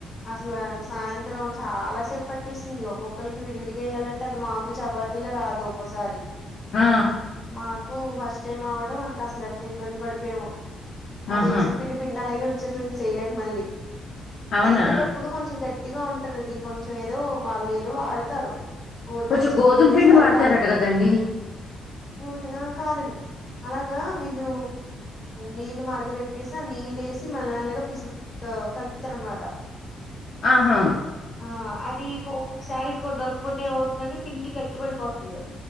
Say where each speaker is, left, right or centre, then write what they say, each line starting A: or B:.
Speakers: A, on the left (about 25°); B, on the left (about 60°).
A: అసలు సాయంత్రం చాలా సేపు పట్టేసింది ఒక్కొక్కరికి విడివిడిగా వెయాలంటే అది మామూలు చపాద్ లా రాదు ఒక్కసారి
B: ఆ
A: మాకు ఫస్ట్ టైం అవడం ఇంక అసలు ఎంత ఇబ్బంది పడిపోయామో అ
B: ఆహా.
A: తెచ్చిన పిండి పిండా అలాగే ఉంచేసం కి చేయలేక మళ్ళీ
B: అవునా
A: కలిపేటప్పుడు కొంచెం గట్టిగా ఉంటది అది కొంచెం ఏదో వాళ్ళు ఏదో వాడతారు గోరువెచ్చని
B: కొంచెం గోధుమ
A: నీళ్ళ ఏసి
B: పిండి
A: కలపాలి
B: వాడతారట కదండి
A: ఒ దేవ కాదండి అలాగా వీళ్ళు నీళ్ళు మరగబెట్టేసి ఆ నిల్లేసి మెల్లమెల్లగా పిసుక్త కలుపుతారు అన్నమాట.
B: ఆహా.
A: ఆ అది కో ఒక్కొక్కసారి కుదరకపోతే ఏమవుతుందంటే పిండి గట్టి పడిపోతుంది.